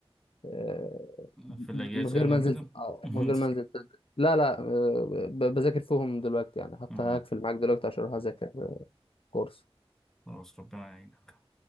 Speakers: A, on the left; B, in the centre.
A: آه،
B: في الأجازة
A: من غير
B: أنا
A: ما
B: وكده
A: انزل آه،
B: مم.
A: من غير ما انزل تد- لا لا آه، ب- بذاكر فيهم دلوقتي يعني حتى
B: <laughs>
A: هقفل معاك دلوقتي عشان اروح اذاكر كورس
B: خلاص ربنا يعينك